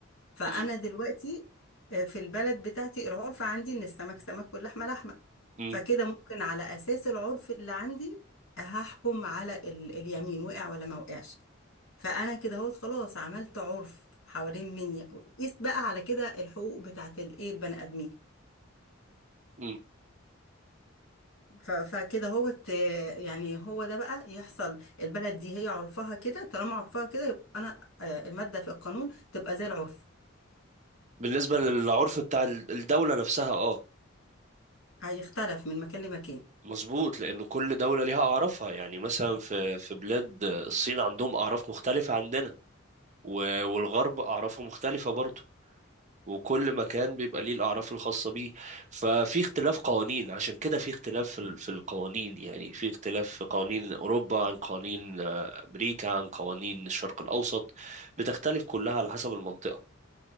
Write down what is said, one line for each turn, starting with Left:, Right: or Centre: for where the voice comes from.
Left: فانا
Right: مهم.
Left: دلوقتي آه، في البلد بتاعتي العرف عندي ان السمك سمك واللحمه لحمه
Right: مهم.
Left: فكده ممكن على اساس العرف اللي عندي هحكم على ال... اليمين وقع ولا ما وقعش فانا كده اهوت خلاص عملت عرف حوالين مني قيس بقى على كده الحقوق بتاعت الايه البني ادمين
Right: مهم.
Left: ف... فكده هوت آه، يعني هو ده بقى يحصل البلد دي هي عرفها كده طالما عرفها كده يبقى انا آه، الماده في القانون تبقى زي العرف
Right: بالنسبه للعرف بتاع الدوله نفسها اه
Left: هيختلف من مكان لمكان
Right: مظبوط لأن كل دولة ليها أعرافها يعني مثلا في في بلاد الصين عندهم أعراف مختلفة عندنا و- والغرب أعرافه مختلفة برضه وكل مكان بيبقى ليه الأعراف الخاصة بيه ففي اختلاف قوانين عشان كده في اختلاف في ال- في القوانين يعني في اختلاف في قوانين أوروبا عن قوانين آه، أمريكا عن قوانين الشرق الأوسط بتختلف كلها على حسب المنطقة